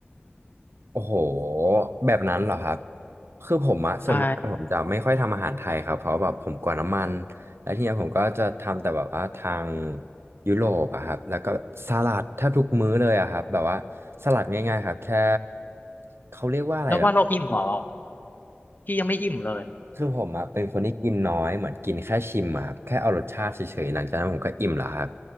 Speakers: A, on the right; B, on the left.
A: โอ้โหแบบนั้นเหรอครับคือผมอะส่วนมากผมจะไม่ค่อยทำอาหารไทยครับเพราะแบบผมกลัวน้ำมัน
B: ใช่
A: แล้วทีเนี้ยผมก็จะทำแต่แบบว่าทางยุโรปอะครับแล้วก็สลัดแทบทุกมื้อเลยอะครับแบบว่าสลัดง่ายๆครับแค่เขาเรียกว่าอะไรเหรอ
B: แล้วว่าเราอิ่มเหรอพี่ยังไม่อิ่มเลย
A: คือผมอะเป็นคนที่กินน้อยเหมือนกินแค่ชิมอะครับแค่เอารสชาติเฉยๆหลังจากนั้นผมก็อิ่มแล้วครับ